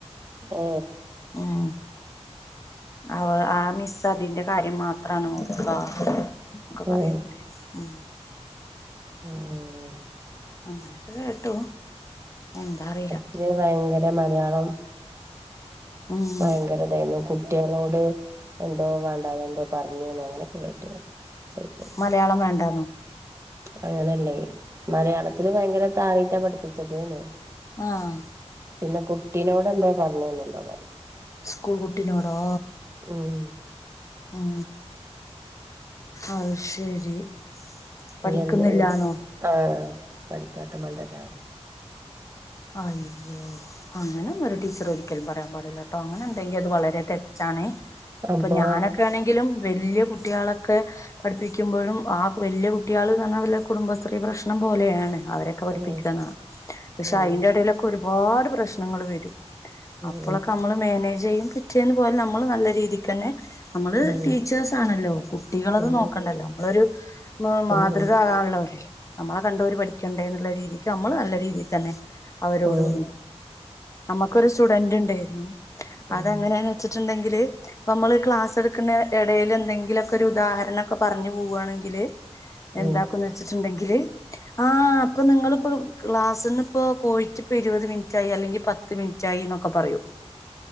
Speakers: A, on the right (about 25°); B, on the left (about 30°).
A: ഹെ
B: ഉം അവ ആ മിസ് ക്ക അതിന്റെ കാര്യം മാത്രാണ് നോക പറയുണ്ടെ
A: ഉം
B: ഉ..
A: ആ ഹാ
B: അങ്ങനെയൊക്കെ കേട്ടു എന്താ അറിയില
A: ഇച്ച് ഭയങ്കര മലയാളം
B: ഉം
A: ഭയങ്കര ഇതായിരുന്നു കുട്ടികളോട് എന്തോ വേണ്ട എന്തോ പറഞ്ഞുന്നോ അങ്ങനെയൊക്കെ കേട്ടിനു സൈഫു
B: മലയാളം വേണ്ടന്നെ
A: അങ്ങനെയല്ലേ മലയാളത്തില് ഭയങ്കര താറിയിട്ടാ പഠിപ്പിച്ചത് ന്ന്
B: ആഹ
A: പിന്നെ കുട്ടിനോട് എന്തോ പറഞ്ഞു എന്താ പറഞ്ഞു.
B: സ്കൂൾ കുട്ടി നോടോ?.
A: മ്
B: ആ അഹ് ശരി പഠിക്കുന്നില്ലാന്നോ
A: എന്ദ് എ ആഹ പഠിപ്പാത്ത മണ്ഡല
B: അയ്യോ അങ്ങനെ ഒരു ടീച്ചർ ഒരിക്കലും പറയാൻ പാടില്ലട്ടോ അങ്ങനെ ഉണ്ടെങ്കി അത് വളരെെ ത്തെ റ്റാണ്
A: അപ്പൊ
B: ഇപ്പൊ ഞാനൊക്കെ ആണെങ്കിലും വലിയ കുട്ടികളൊക്കെ പഠിപ്പിക്കുമ്പോഴും ആ വലിയ കുട്ടിള് പറഞ്ഞാൽ വല കുടുംബശത്രീ പ്രശ്നം പോലെയാണ് അവരെ ക്ക പഠിപ്പിക്കണോ?.
A: ഉം ഉം
B: ത്താ അയിന്റെ ഇടയിലൊക്കെ ഒരുപാട് പ്രശ്നങ്ങൾ വരും.
A: ഉം
B: അപ്പോഴൊക്കെ നമ്മള് മാനേജ് ചെയ്യും. കിട്ടിയതു പോലെ നമ്മള് നല്ല രീതിക്ക് തന്നെ നമ്മള്
A: ഉം ഉം
B: ടീച്ചേഴ്സ് ആണല്ലോ. കുട്ടികളത്
A: ഉം
B: നോക്കണ്ടല്ലോ. നമ്മളൊരു മ്മ മാതൃക
A: ഉം ഉം
B: ആകാനുള്ളരെല്ലേ നമ്മളെ കണ്ട്‌ ഓർ പഠിക്കണ്ടേ എന്നുള്ള രീതിക്ക് നമ്മള് നല്ല രീതിൽ തന്നെ അവരോട്
A: ഉം
B: നി നമ്മക്കൊരു സ്റ്റുഡന്റ് ഇണ്ട്‌
A: ഉം
B: അതെങ്ങനെച്ചിട്ടുണ്ടെങ്കില് പ്പ നമ്മള് ക്ലാസ് എടുക്കുന്ന ഇടയിൽ എന്തെങ്കിലുമൊക്കെ ഒരു ഉദാഹരണൊക്കെ പറഞ്ഞു പോവുവാണെങ്കില്
A: ഉം
B: എന്താക്കന്ന്
A: ഉം ഉം
B: വെച്ചിട്ടുണ്ടെങ്കില് ആഹ് അപ്പൊ നിങ്ങളിപ്പോ ക്ലാസ്സിന്ന് പ്പ പോയിട്ട് ഇപ്പോ ഇരുപത് മിനിറ്റായി അല്ലെങ്കിൽ പത്ത് മിനിറ്റായി എന്നൊക്കെ പറയും